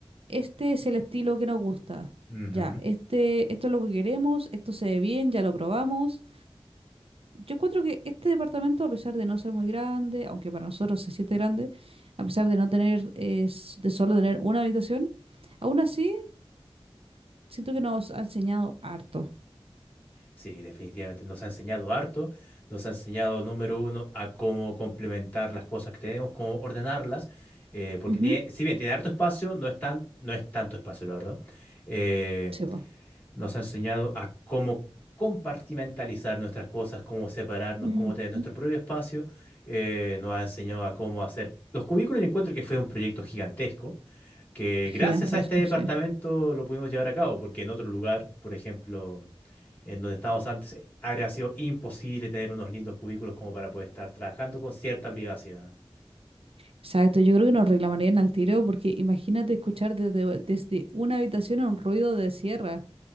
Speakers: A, on the right (about 65°); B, on the left (about 15°).
A: este es el estilo que nos gusta,
B: Ujú.
A: ya, este, esto es lo que queremos, esto se ve bien, ya lo probamos. Yo encuentro que este departamento, a pesar de no ser muy grande, aunque para nosotros se siente grande, a pesar de no tener, eh, s- de solo tener una habitación, aún así siento que nos ha enseñado harto.
B: Sí, definitivamente nos ha enseñado harto, nos ha enseñado número uno a cómo complementar las cosas que tenemos, cómo ordenarlas, eh, porque
A: Ujú.
B: tiene, si bien tiene harto espacio, no es tan, no es tanto espacio, la verdad. Eh,
A: Sí, po.
B: nos ha enseñado a cómo compartimentalizar nuestras cosas, cómo separarnos,
A: Ujú.
B: cómo tener nuestro propio espacio. eh, nos ha enseñado a cómo hacer los cubículos. Yo encuentro que fue un proyecto gigantesco que
A: Gigantesco,
B: gracias a este departamento
A: sí.
B: lo pudimos llevar a cabo, porque en otro lugar, por ejemplo, en donde estábamos antes, habría sido imposible tener unos lindos cubículos como para poder estar trabajando con cierta privacidad.
A: Exacto, yo creo que nos reclamarían al tiro porque imagínate escuchar desde, desde una habitación un ruido de sierra.